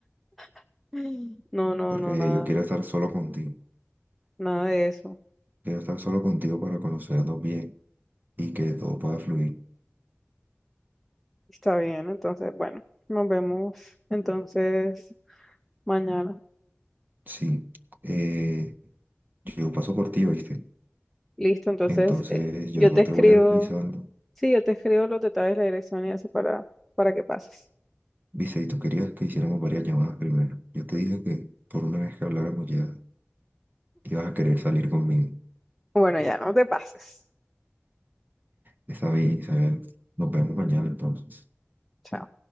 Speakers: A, in the centre; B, on the right.
A: <laughs> <gasps> No, no,
B: porque
A: no, nada,
B: yo quiero estar solo contigo.
A: nada de eso.
B: Quiero estar solo contigo para conocernos bien y que todo pueda fluir.
A: Está bien, entonces, bueno, nos vemos entonces mañana.
B: Sí, eh, yo paso por ti, ¿oíste?
A: Listo, entonces
B: Entonces
A: eh,
B: yo
A: yo te escribo,
B: te voy avisando.
A: sí, yo te escribo los detalles, la dirección y eso para, para que pases.
B: Viste, y tú querías que hiciéramos varias llamadas primero. Yo te dije que por una vez que habláramos ya ibas a querer salir conmigo.
A: Bueno, ya no te pases.
B: Está bien, Isabel. Nos vemos mañana entonces.
A: Chao.